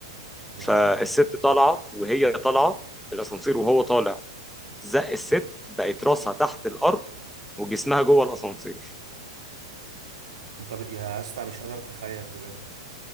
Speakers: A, on the right; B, in the centre.
A: يا
B: فالست
A: لهوي
B: طالعه وهي طالعه الاسانسير وهو طالع زق الست بقت راسها تحت الارض وجسمها جوه الاسانسير
A: انت ب... يا اسطى مش قادر اتخيل بجد